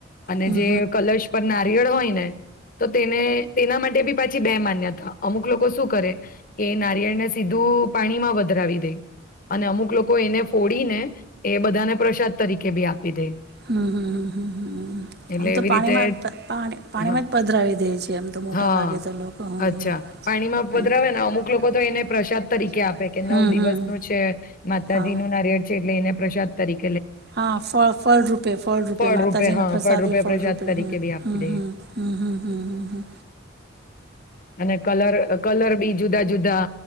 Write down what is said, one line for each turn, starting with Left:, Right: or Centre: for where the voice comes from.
Left: અને
Right: હમ
Left: જે કલશ પર ના... નારિયળ હોય ને... તો તેને... તેના માટે બી... પછી બે માન્યતા... અમુક લોકો શું કરે... એ નારિયળને સીધું પાણીમાં વધરાવી દે. અને અમુક લોકો એને ફોડીને... એ બધાને પ્રસાદ તરીકે બી આપી દે.
Right: હમ,
Left: એટલે
Right: આમ તો
Left: એવી
Right: પાણીમાં
Left: રીતે
Right: પાણીમાં
Left: હા
Right: જ પધરાવી દે છે આમ તો મોટા
Left: હા
Right: ભાગે તો. લોકો હ હમ
Left: અચ્છા,
Right: હમ
Left: પાણીમાં પધરાવે
Right: હમ હમ
Left: નુ અમુક લોકો તો એને પ્રસાદ તરીકે આપે કે નવ દિવસ નું છે, માતાજી
Right: હા
Left: નું નારિયેળ છે એટલે એને પ્રશાદ તરીક
Right: હા ફળ ફળ રૂપે ફળ રૂપે
Left: ફળરૂપે
Right: માતાજીના
Left: હા
Right: પ્રસાદ
Left: ફળરૂપે
Right: એ ફળ
Left: પ્રસાદ
Right: રૂપે,
Left: તરીકે
Right: હમ
Left: બી આપી
Right: હમ
Left: દે
Right: હમ હમ હમ હમ હમ.
Left: અને કલર કલર બી જુદા જુદા,